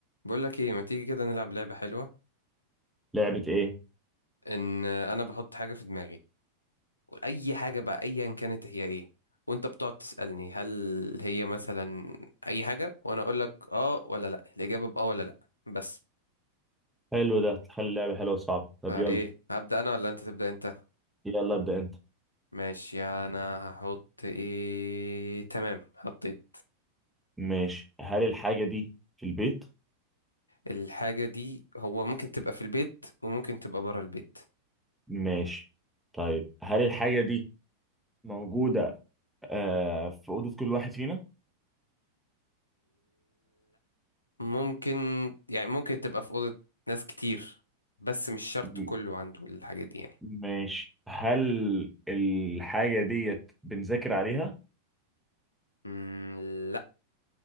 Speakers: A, on the left; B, in the centre.
A: بقول لك ايه ما تيجي كده نلعب لعبة حلوة
B: لعبة ايه
A: ان انا بحط حاجة في دماغي اي حاجة بقى ايا كانت هي ايه وانت بتقعد تسألني هل هي مثلا اي حاجة وانا اقول لك اه ولا لا الاجابة باه ولا لا بس
B: حلو ده تخلي اللعبة حلوة وصعبة طب
A: فايه
B: يلا
A: هبدأ انا ولا انت تبدأ انت
B: يلا ابدأ انت
A: ماشي انا هحط ايه تمام حطيت
B: ماشي هل الحاجة دي في البيت
A: الحاجة دي هو ممكن تبقى في البيت وممكن تبقى برا البيت
B: ماشي طيب هل الحاجة دي موجودة آه في أوضة كل واحد فينا
A: ممكن يعني ممكن تبقى في أوضة ناس كتير بس مش شرط
B: م-
A: كله عنده الحاجات دي يعني
B: ماشي هل الحاجة ديت بنذاكر عليها
A: مم، لا